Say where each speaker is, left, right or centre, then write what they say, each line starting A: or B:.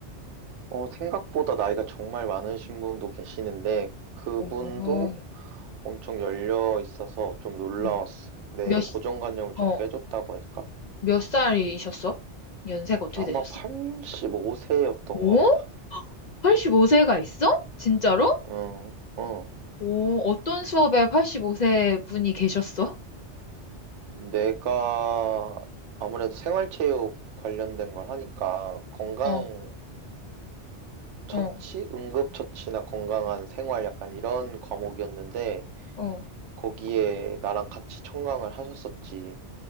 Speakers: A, on the right (about 85°); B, on the left (about 50°).
A: 어, 생각보다 나이가 정말 많으신 분도 계시는데 그분도
B: 오.
A: 엄청 열려 있어서 좀 놀라웠어.
B: 음.
A: 내
B: 몇, 시-
A: 고정관념을 좀
B: 어,
A: 깨줬다고 할까?
B: 몇 살이셨어? 연세가 어떻게
A: 아마
B: 되셨어?
A: 85세였던
B: 오?
A: 것 같아.
B: 85세가 있어? 진짜로?
A: 어, 어.
B: 오, 어떤 수업에 85세 분이 계셨어?
A: 내가 아무래도 생활체육 관련된 걸 하니까 건강
B: 어.
A: 처치,
B: 어,
A: 응급처치나 건강한 생활 약간 이런 과목이었는데
B: 어.
A: 거기에 나랑 같이 청강을 하셨었지.